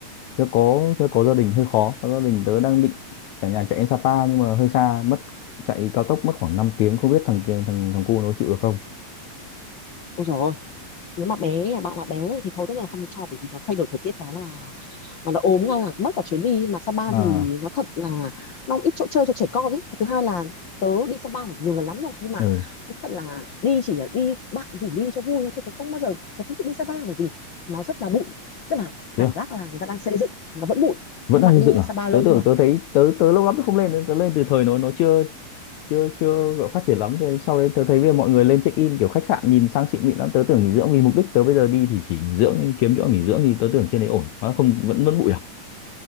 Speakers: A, on the left (about 80°); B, on the left (about 55°).
A: tớ có tớ có gia đình hơi khó có gia đình tớ đang định cả nhà chạy đến Sapa nhưng mà hơi xa mất chạy cao tốc mất khoảng năm tiếng không biết thằng kia thằng thằng cu nó chịu được không
B: ôi rồi nếu mà bé nhà bạn là bé thì thôi tất nhiên là không được cho bởi vì nó thay đổi thời tiết cái là mà nó ốm ngay là mất cả chuyến đi mà Sapa
A: à
B: thì nó thật là nó cũng ít chỗ chơi cho trẻ con ấy thứ hai là tớ đi Sapa phải nhiều lần lắm rồi nhưng mà
A: ừ
B: nó thật là đi chỉ là đi bạn rủ đi cho vui thôi chứ tớ không bao giờ tớ không thích đi Sapa bởi vì nó rất là bụi tức là cảm
A: thế à
B: giác là người ta đang xây dựng nó vẫn bụi
A: vẫn
B: thế
A: đang
B: bạn
A: xây
B: đi
A: dựng à
B: Sapa lâu
A: tớ tưởng
B: chưa
A: tớ thấy tớ tớ lâu lắm tớ không lên tớ lên từ thời nó nó chưa chưa chưa gọi phát triển lắm thế sau đấy tớ thấy bây giờ mọi người lên check in kiểu khách sạn nhìn sang xịn mịn lắm tớ tưởng nghỉ dưỡng vì mục đích tớ bây giờ đi thì chỉ nghỉ dưỡng kiếm chỗ nghỉ dưỡng thì tớ tưởng trên đấy ổn hóa không vẫn vẫn bụi à